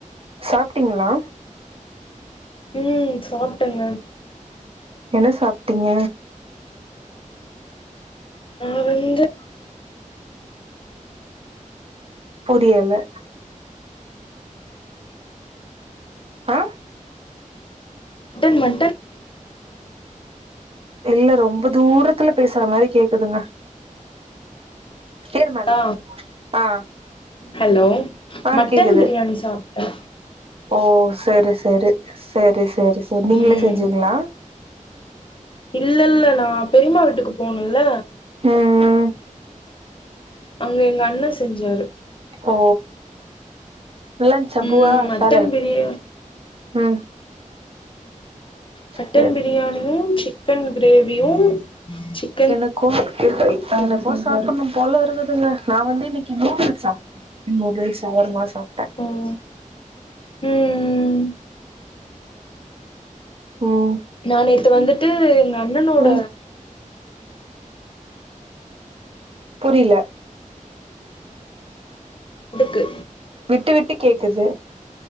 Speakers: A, on the right; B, on the left.
A: சாப்ட்டீங்ளா
B: ம் சாப்ட்டங்க
A: என்ன சாப்டீங்க
B: நா வந்து
A: புரியல ஆ
B: ட்டன் மட்டன்
A: இல்ல ரொம்ப தூரத்துல பேசற மாரி கேக்குதுங்க ஏறு மேல
B: அ
A: ஆ
B: ஹலோ
A: ஆ
B: மட்டன்
A: கேக்குது
B: பிரியாணி சாப்ட் அ
A: ஓ சரி சரி சரி சரி சரி நீங்களே
B: ம்
A: செஞ்சீங்ளா
B: இல்ல இல்ல நா பெரியமா வீட்டுக்கு போனல்ல
A: ம் ம்
B: அங்க எங்க அண்ண செஞ்சாரு
A: ஓ நல்லா இருஞ்சா
B: ம்
A: பூவா
B: மட்டன்
A: சாலே
B: பிரியா
A: ம்
B: மட்டன்
A: செரி
B: பிரியாணியு சிக்கன் கிரேவியு சிக்
A: எனக்கு எனக்கு சாப்பணு போல இருக்குதுங்க நா வந்து இன்னக்கி நூடுல்ஸ் சாப்ட நூடுல்ஸ் ஷவர்மா சாப்ட
B: ம் ம் ம்
A: ம்
B: நா நேத்து வந்துட்டு எங்க அண்ணனோட
A: ம் புரில
B: எதுக்கு
A: விட்டு விட்டு கேக்குது